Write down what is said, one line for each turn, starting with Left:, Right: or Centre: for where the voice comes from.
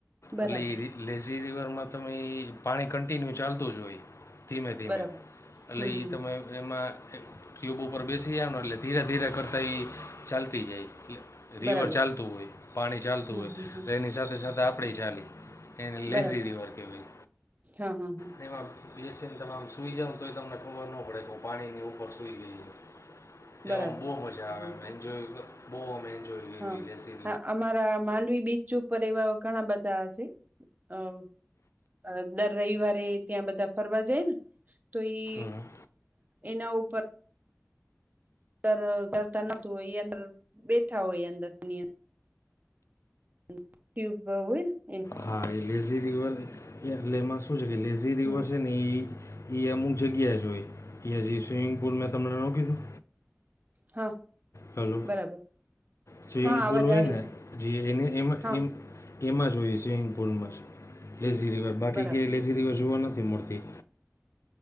Right: બરાબર
Left: એટલે એ લેઝી રિવરમાં તમે એ પાણી કન્ટિન્યુ ચાલતું જ હોય ધીમે ધીમે
Right: બરાબર
Left: એટલે
Right: હમ હમ
Left: એ તમે એમાં એ ક્યુબ ઉપર બેસી જાઓ ને એટલે ધીરે ધીરે કરતાં એ ચાલતી જાય એટલે રિવર
Right: બરાબર
Left: ચાલતું હોય પાણી ચાલતું
Right: હમ
Left: હોય
Right: હમ હમ
Left: એની સાથે સાથે આપણે ચાલી એ લેઝી
Right: બરાબર
Left: રિવર કેવાય
Right: હા હા હા
Left: તેમાં એસીને તમામ સુઈ જાઓ તોય તમને ખબર ન પડે હું પાણીની ઉપર સૂઈ ગઈ
Right: બરાબર
Left: એવામાં બહું મજા
Right: હા
Left: આવે
Right: હા
Left: એમ એન્જોય બઉ એજોય
Right: હા
Left: વિદેશી
Right: હા અમારા માંડવી બીચ ઉપર એવા ઘણા બધા છે અ અ દર રવિવારે ત્યાં બધા ફરવા જાય ને તો એ
Left: હં
Right: એના ઉપર અતાર કરતા નતું હોય એ અંદર બેઠા હોય એ અંદર ની અ અન ટ્યુબ હોય ન
Left: હા એ લેઝી રિવર એ એટલે એમાં શું છે કે લેઝી રિવર
Right: હમ
Left: છે ને ઈ એ અમુક જગ્યાએ જ હોય એ હજી સ્વિમિંગ પુલ મેં તમને ન કીધું
Right: હા.
Left: હલો
Right: બરાબર
Left: સ્વિમિંગ
Right: હા
Left: પુલ
Right: અવાજ
Left: હોય
Right: આવે
Left: ને
Right: છે
Left: જી એને એમાં
Right: હા
Left: એમ એમાં જોઈએ સ્વિમિંગ પુલમાં જ લેઝી રિવર બાકી
Right: બરાબર
Left: કે લેઝી રિવર જોવા નથી મળતી